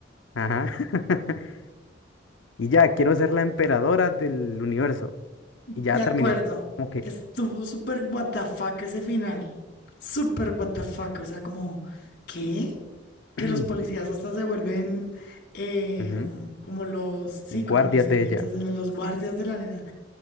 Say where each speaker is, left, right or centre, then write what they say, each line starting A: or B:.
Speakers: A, on the left (about 75°); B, on the left (about 60°).
A: Ajá. <laughs> Y ya, quiero ser la emperadora del universo.
B: De
A: Y ya
B: acuerdo,
A: terminó como que...
B: estuvo súper what the fuck ese final. Súper what the fuck, o sea, como, ¿qué? Que
A: <clears throat>
B: los policías hasta se vuelven eh,
A: ujú,
B: como los, sí,
A: Guardias
B: como los sirvientes
A: de ella.
B: de la- los guardias de la nena.